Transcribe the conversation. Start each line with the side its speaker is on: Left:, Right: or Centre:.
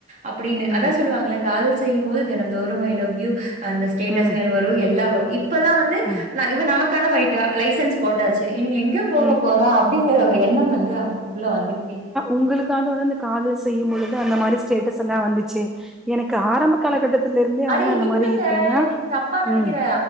Right: அப்டின்னு
Centre: ம்,
Right: அது சொல்லுவாங்கள காதல் செய்யும்போது தெனம்தோறு ஐ லவ் யூ அந்த ஸ்டேட்டஸ்கள்
Centre: ம்,
Right: வரு எல்லா வரு இப்பல்லா வந்து
Centre: ம்,
Right: நா இவ நமக்கானவ ஆயிட்டா லைசன்ஸ் போட்டாச்சு இனி எங்க போக
Centre: ம்.
Right: போறா அப்டிங்கிற ஒரு எண்ணம் வந்து அவுங்களுக்குள்ள வந்துட்டு
Centre: உங்களுக்காது வந்து அந்த காதல் செய்யும்பொழுது அந்த மாரி ஸ்டேட்டஸ் எல்லா வந்துச்சு எனக் க ஆரம்ப காலகட்டத்துல இருந்தே
Right: அட
Centre: வந்து அந்த
Right: இல்லங்க
Centre: மாரி எப்டின்னா
Right: நீ தப்பா நெனைக்கிற
Centre: ம்